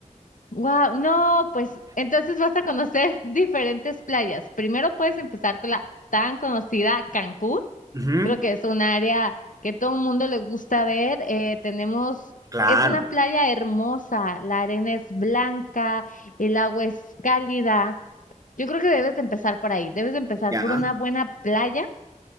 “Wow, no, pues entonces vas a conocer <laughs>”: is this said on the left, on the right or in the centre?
Left